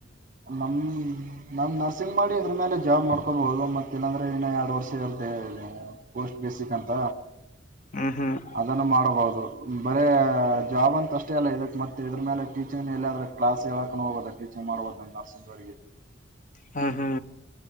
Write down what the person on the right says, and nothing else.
ನಮ್ ನಮ್ ನ. ನರ್ಸಿಂಗ್ ಮಾಡಿ ಇದ್ರ ಮೇಲೆ ಜಾಬ್ ಮಾಡ್ಕೋಬಹುದು ಮತ್ತ ಇಲ್ಲಾಂದ್ರೆ ಇನ್ನ ಎರಡು ವರ್ಷ ಇರುತ್ತ ಪೋಸ್ಟ್ ಬೇಸಿಕ್ ಅಂತ.
ಅದನ್ನು ಮಾಡಬಹುದು. ಬರ ಜಾಬ್ ಅಂತ ಅಷ್ಟ. ಲ್ಲ ಇದಕ್ತ್ತೆ ಇದ್ರ ಮೇಲೆ ಕಿಚನ್ ಎಲ್ಲಾದ್ರ ಕ್ಲಾಸ್. ಹ ಹೇಳಕ ಹೋಗದ ಟೀಚಂಗ್ ಮಾಡ್ದು. ಬಂಬಸ ಜಾರ.